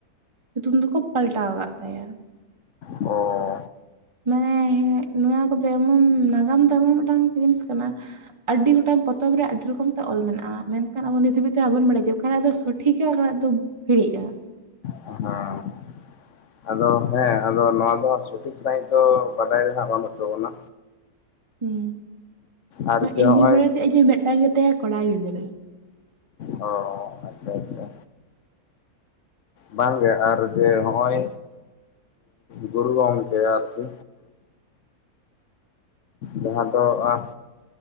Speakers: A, on the right; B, on the left.
A: ᱧᱩᱛᱩᱢ ᱫᱚᱠᱚ ᱯᱟᱞᱴᱟᱣ ᱠᱟᱜ ᱛᱟᱭᱟ
B: ᱚ
A: ᱢᱟᱱᱮᱸ ᱱᱚᱣᱟ ᱠᱚᱫᱚ ᱮᱢᱚᱱ ᱱᱟᱜᱟᱢ ᱛᱟᱵᱚᱱ ᱢᱤᱫᱴᱟᱝ ᱡᱤᱱᱤᱥ ᱠᱟᱱᱟ ᱟᱹᱰᱤ ᱜᱚᱴᱟᱝ ᱯᱚᱛᱚᱵ ᱨᱮ ᱟᱹᱰᱤ ᱨᱚᱠᱚᱢ ᱛᱮ ᱚᱞ ᱢᱮᱱᱟᱜᱼᱟ ᱢᱮᱱᱠᱷᱟᱱ ᱟᱵᱚ ᱱᱤᱛ ᱦᱟᱹᱵᱤᱡ ᱛᱮ ᱵᱟᱵᱚᱱ ᱵᱟᱲᱟᱭ ᱡᱮ ᱚᱠᱟ ᱴᱟᱜ ᱫᱚ ᱥᱚᱴᱷᱤᱠᱟ ᱚᱠᱟ ᱴᱟᱜ ᱫᱚ ᱦᱤᱲᱤᱡᱼᱟ?
B: ᱦᱮᱸ ᱟᱫᱚ ᱦᱮᱸ ᱟᱫᱚ ᱱᱚᱣᱟ ᱫᱚ <unintelligible> ᱥᱚᱴᱷᱩᱠ ᱥᱟᱹᱦᱤᱡ ᱫᱚ ᱵᱟᱰᱟᱭ ᱨᱮᱱᱟᱜ ᱵᱟᱹᱱᱩᱜ ᱛᱟᱵᱚᱱᱟ
A: ᱦᱩᱸ,
B: ᱟᱨ
A: ᱤᱧ
B: ᱡᱮ ᱦᱚᱜᱼᱚᱭ
A: ᱫᱩᱧ ᱵᱟᱲᱟᱭ ᱛᱟᱦᱮᱜᱼᱟ ᱡᱮ ᱢᱤᱫᱴᱟᱝ ᱜᱮᱛᱟᱭᱟ ᱠᱚᱲᱟ ᱜᱤᱫᱽᱨᱟᱹ᱾
B: ᱚ ᱟᱪᱪᱷᱟ ᱟᱪᱪᱷᱟ ᱵᱟᱝ ᱜᱮ ᱟᱨ ᱡᱮ ᱦᱚᱸᱜᱼᱚᱭ ᱜᱩᱨᱩ ᱜᱚᱢᱠᱮ ᱟᱨ ᱠᱤ ᱡᱟᱦᱟᱸ ᱫᱚ ᱟᱜ